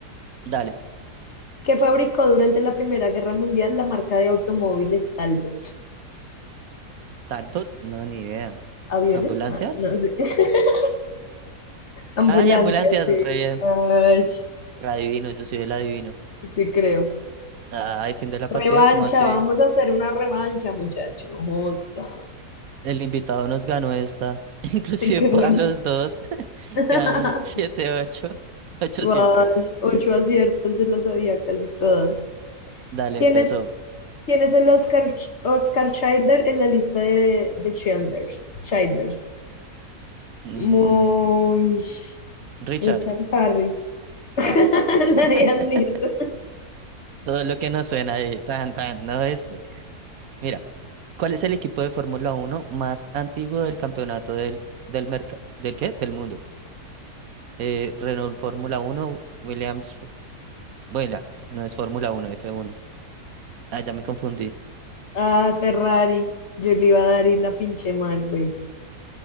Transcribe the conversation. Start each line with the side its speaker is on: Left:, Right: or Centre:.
Right: dale.
Left: Que fabricó durante la Primera Guerra Mundial la marca de automóviles Talbot.
Right: Talbot, no, ni idea.
Left: ¿Aviones?
Right: ¿Ambulancias?
Left: Ah, no sé. <laughs> Ambulancias,
Right: Ay, ambulancias,
Left: sí.
Right: re bien.
Left: Ay,
Right: Re adivino, yo soy el adivino.
Left: sí, creo.
Right: Ay, fin de la
Left: Revancha,
Right: partida, ¿cómo así?
Left: vamos a hacer una revancha, muchacho. No joda.
Right: El invitado nos ganó esta. <laughs> Inclusive
Left: Sí, creo.
Right: po- a los dos. <laughs>
Left: <laughs>
Right: Quedamos siete ocho, <laughs> ocho
Left: Guash,
Right: siete.
Left: ocho aciertos, se las sabía casi todas.
Right: Dale,
Left: ¿Quién
Right: empezó.
Left: es, quién es el Oscar, Ch- Oscar Childer en la lista de, de Childers? Childer.
Right: Mm,
Left: Moish.
Right: Richard.
Left: Richard Harris. <laughs> Liam
Right: Ah. <laughs>
Left: Neeson.
Right: Todo lo que nos suena ahí. Tan, tan, no este. Mira. ¿Cuál es el equipo de Fórmula Uno más antiguo del campeonato del, del mercado, del qué? Del mundo. Eh, Renault Fórmula Uno Williams, vuela, no es Fórmula Uno f uno Ah, ya me confundí.
Left: Ah, Ferrari. Yo le iba a dar y la pinché mal, güey.